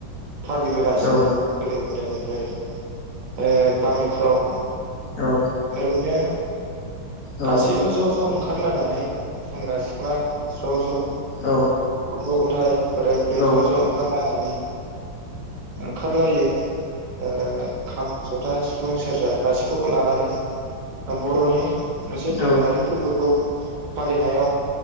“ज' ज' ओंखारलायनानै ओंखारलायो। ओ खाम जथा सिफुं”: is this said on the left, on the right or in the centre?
Right